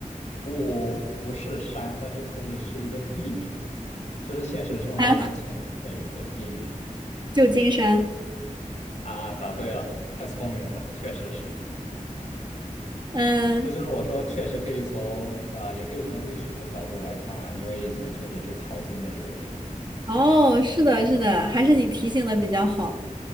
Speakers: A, on the left (about 60°); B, on the right (about 35°).
A: 不，不是山，但是可以是一个地名，这是现实生活中存在的一个地名
B: <laughs> 啊，旧金山？
A: 啊。答对了，太聪明了，确实是。
B: 嗯，
A: 这就是我说，确实可以从啊、也可以从历史的角度来看了，因为以前确实是淘金的一个地方。
B: 哦，是的，是的，还是你提醒的比较好。